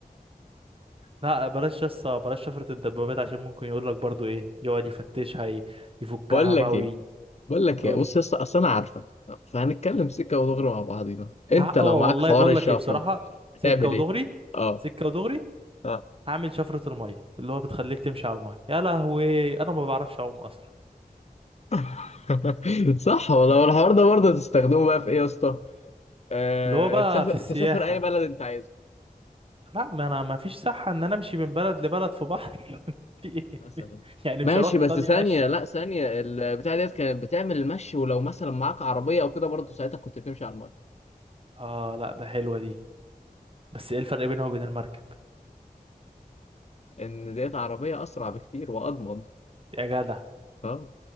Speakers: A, on the right; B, on the left.
A: لا بلاش يس بلاش شفرة الدبابات عشان ممكن يقول لك برضو ايه يقعد يفتشها ي- يفكها
B: بقول
A: بقى
B: لك
A: ويقول
B: ايه بقول لك ايه بص
A: لي
B: يا اسطى اصل انا عارفك فهنتكلم سكه ودغري مع بعضينا انت
A: ها-
B: لو
A: اه
B: معاك
A: والله
B: حوار
A: بقول
B: الشفره
A: لك ايه بصراحة
B: هتعمل
A: سكة ودغري
B: ايه اه
A: سكة ودغري
B: اه
A: هعمل شفرة المية اللي هو بتخليك تمشي على المية يا لهوي انا ما بعرفش اعوم اصلا
B: <laughs> صح والله الحوار ده برضه تستخدمه بقى في ايه يا اسطى آه،
A: اللي هو بقى
B: تسافر
A: في
B: تسافر
A: السياحة
B: اي بلد انت عايزه
A: لا ما انا ما فيش صحة ان انا امشي من بلد لبلد في بحر <laughs> في ايه
B: مثلا
A: يعني
B: ماشي
A: مش هروح ايطاليا
B: بس ثانيه
A: ماشي
B: لا ثانيه البتاع ديت كانت بتعمل المشي ولو مثلا معاك عربيه او كده برضه ساعتها كنت بتمشي على الميه
A: اه لا ده حلوة دي بس ايه الفرق بينها وبين المركب
B: ان ديت عربيه اسرع بكتير واضمن
A: يا جدع <laughs>
B: اه